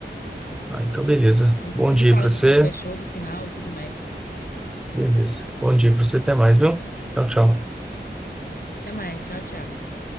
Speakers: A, in the centre; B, on the left (about 50°).
A: Ah, então beleza. Bom
B: Você
A: dia
B: me fala
A: para
B: o
A: você.
B: que que você achou do final e tudo mais.
A: Beleza. Bom dia para você, até mais, viu? Tchau, tchau.
B: Até mais, tchau, tchau.